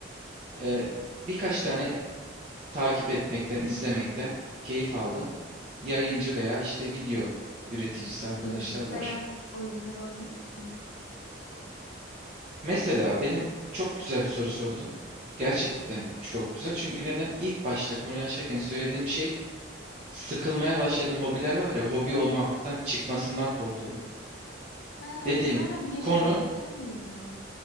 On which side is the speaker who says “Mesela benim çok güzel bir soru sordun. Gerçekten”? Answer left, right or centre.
Right